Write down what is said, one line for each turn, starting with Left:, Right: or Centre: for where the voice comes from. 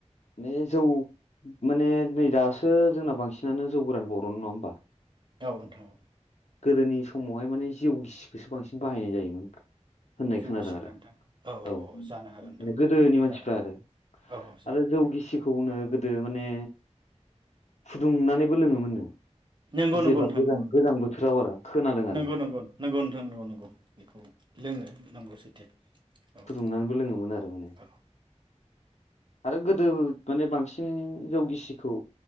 Left: ने जौ माने नै दासो जोंना बांसिनानो जौ गोरान बर'नो नङा होमबा?
Right: औ नोंथां
Left: गोदोनि समावहाय माने जिउ गिसिखौसो बांसिन बाहायनाय जायोमोन। होननाय
Right: जौ
Left: खोनादों
Right: गिसि
Left: आरो
Right: ना नोंथां
Left: औ
Right: जानो हागोन नोंथां
Left: माने गोदोनि मानसिफ्रा
Right: जागोन
Left: आरो
Right: औ औ जागोन
Left: आरो जौ
Right: जागोन
Left: गिसिखौनो गो दो माने फुदुंनानैबो लोङोमोननो।
Right: नंगौ
Left: जेब्ला
Right: नंगौ नोंथां
Left: गोजां
Right: नंगौ नंगौ।
Left: गोजां बोथोराव आरो खोनादों आरो
Right: नंगौ नंगौ नंगौ नोंथांंगौ नंगौ नंगौ बेखौ लोङो नंगौ सैथो। औ
Left: फुदुंनानैबो लोङोमोन आरो माने
Right: औ
Left: आरो गोदो माने बांसिन जौ गिसिखौ